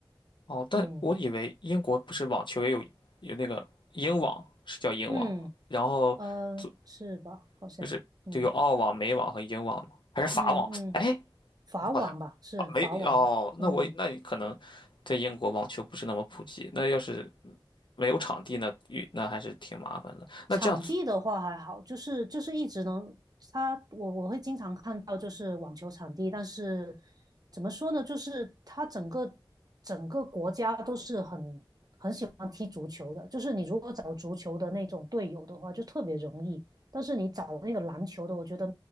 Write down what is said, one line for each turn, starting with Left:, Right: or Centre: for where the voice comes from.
Left: 哦，但我以为英国不是网球也有有那个英网，
Right: 嗯
Left: 是叫英网吗？
Right: 嗯
Left: 然后就
Right: 嗯、呃是吧？好像，
Left: 就是就有澳网、
Right: 嗯
Left: 美网和英网吗？还是法网？
Right: 嗯嗯，
Left: 哎，
Right: 法网吧，
Left: 我好像啊没有哦，
Right: 是法网吧，
Left: 那我那你可能在英国网球不是那么普及，
Right: 嗯
Left: 那要是没有场地呢，与那还是挺麻烦的。那这样子
Right: 场地的话还好，就是就是一直能，它我我会经常看到就是网球场地，但是怎么说呢，就是它整个整个国家都是很很喜欢踢足球的，就是你如果找足球的那种队友的话，就特别容易，但是你找那个篮球的，我觉得